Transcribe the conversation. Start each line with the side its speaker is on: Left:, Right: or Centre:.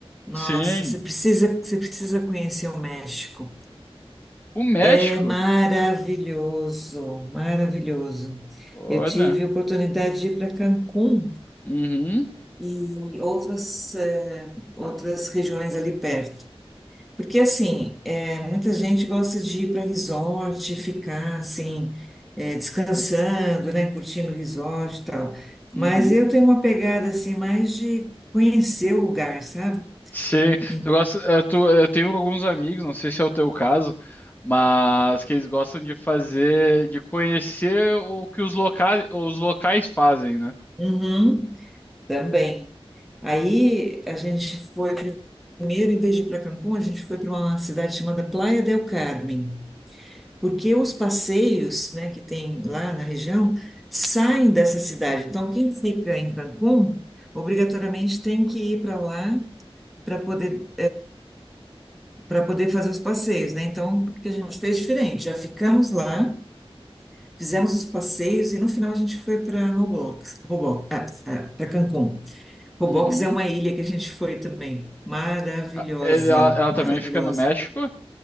Centre: Nossa,
Left: Sim,
Centre: você precisa, você precisa conhecer o México.
Left: o México.
Centre: É maravilhoso, maravilhoso.
Left: Olha,
Centre: Eu tive a oportunidade de ir para Cancún
Left: uhum,
Centre: e outras, eh, outras regiões ali perto. Porque, assim, é, muita gente gosta de ir para resort, ficar, assim, é, descansando, né? Curtindo o resort e tal.
Left: uhum.
Centre: Mas eu tenho uma pegada, assim, mais de conhecer o lugar, sabe?
Left: Sim,
Centre: E-
Left: tu gosta, eh, tu- eu tenho alguns amigos, não sei se é o teu caso, mas que eles gostam de fazer, de conhecer o que os locais, os locais fazem, né?
Centre: Uhum, também. Aí, a gente foi... Primeiro, em vez de ir para Cancún, a gente foi para uma cidade chamada Playa del Carmen. porque os passeios, né, que tem lá na região saem dessa cidade. Então, quem fica em Cancún, obrigatoriamente tem que ir para lá para poder, para poder fazer os passeios, né? Então, o que a gente fez diferente? Já ficamos lá, fizemos os passeios e no final a gente foi para Roblox, Roblox, para Cancún. Roblox
Left: Uhum.
Centre: é uma ilha que a gente foi também. Maravilhosa,
Left: Ah, ele- Ela, ela
Centre: maravilhosa.
Left: também fica no México?